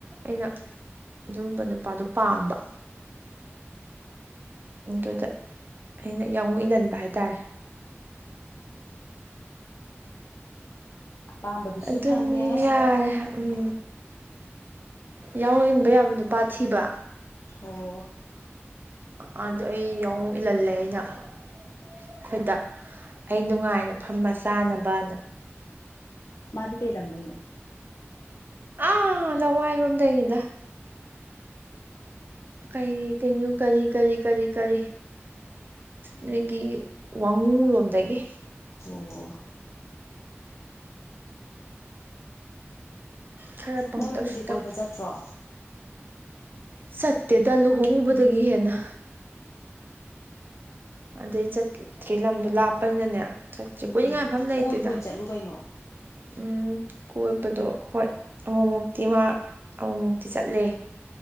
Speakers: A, on the right; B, on the left.
A: ꯑꯩꯅ ꯑꯗꯨꯝꯕ ꯅꯨꯄꯥꯗꯣ ꯄꯥꯝꯕ ꯑꯗꯨꯗ ꯑꯩꯅ ꯌꯥ ꯑꯣꯡ ꯏꯜꯍꯟꯕ ꯍꯥꯏꯇꯥꯔꯦ
B: ꯑꯄꯥꯝꯕꯗꯨꯁꯨ
A: ꯑꯗꯨꯝ
B: ꯐꯪꯉꯦ
A: ꯌꯥꯔꯦ ꯎꯝ ꯌꯥꯎꯟꯕ ꯌꯥꯕ ꯅꯨꯄꯥ ꯊꯤꯕ
B: ꯑꯣ
A: ꯑꯥꯗꯣ ꯑꯩ ꯌꯥꯎ ꯏꯜꯍꯜꯂꯦ ꯑꯩꯅ ꯑꯩꯈꯣꯏꯗ ꯑꯩ ꯅꯨꯡꯉꯥꯏꯅ ꯐꯝꯕ ꯆꯥꯅꯕꯅ
B: ꯃꯥꯗꯤ ꯀꯩ ꯂꯝꯗꯩꯅꯣ
A: ꯑ ꯂ ꯋꯥ ꯏꯕꯝꯗ ꯍꯒꯗ ꯀꯩ ꯀꯩꯅꯣ ꯀꯔꯤ ꯀꯔꯤ ꯀꯔꯤ ꯀꯔꯤ ꯅꯣꯏꯒꯤ ꯋꯥꯉꯨꯔꯣꯝꯗꯒꯤ
B: ꯑꯣ
A: ꯁꯔ ꯄꯪꯇꯛꯁꯨ
B: ꯃꯣꯏꯔꯣꯝꯗꯗꯤ
A: ꯇꯛ
B: ꯀꯣꯏꯕ ꯆꯠꯇ꯭ꯔꯣ
A: ꯁꯠꯇꯦꯗ ꯂꯨꯍꯣꯡꯉꯕꯗꯒꯤ ꯍꯦꯟꯅ ꯑꯗꯩ ꯆꯠꯇ꯭ꯔꯤ ꯂꯝꯗꯣ ꯂꯥꯞꯄꯅꯅꯦ ꯆꯠꯇ꯭ꯔꯤ
B: ꯎꯝ
A: ꯀꯨꯣꯏꯏꯅꯤꯡꯉꯥꯏ ꯃꯐꯝ ꯂꯩꯇꯦꯗ
B: ꯀꯣꯏꯕ ꯑꯣꯏꯅ ꯆꯠꯂꯨ ꯀꯩꯅꯣ
A: ꯎꯝ ꯀꯣꯏꯕꯗꯣ ꯍꯣꯏ ꯑꯃꯨꯛꯃꯨꯛꯇꯤ ꯃꯥ ꯑꯃꯨꯛꯃꯨꯛꯇꯤ ꯆꯠꯂꯦ